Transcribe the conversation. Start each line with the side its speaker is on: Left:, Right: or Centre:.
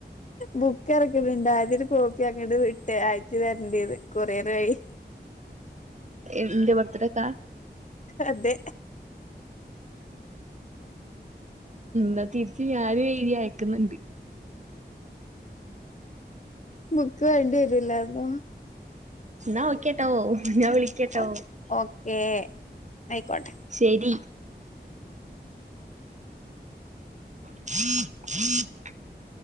Left: ബുക്ക് എറക്ക്ണ്‌ണ്ട് ആദ്യം ഒരു കോപ്പി അങ്ങട്ട് വിട്ടേ അയച്ച് തരണ്ടന്ന് കൊറിയറായി
Right: എന്ത് വത്തട്ത്ത
Left: അതെ
Right: നാ തിരിച്ച് ഞാനും എഴുതി അയക്ക് ന്ന്ണ്ട്
Left: ബുക്ക് വേണ്ടി വെരുലെ അപ്പം
Right: ന്നാ ഓക്കേട്ടോ ഞാ വിളിക്കട്ടോ
Left: ഓ ഓക്കേ ആയിക്കോട്ടെ
Right: ശരി <unintelligible>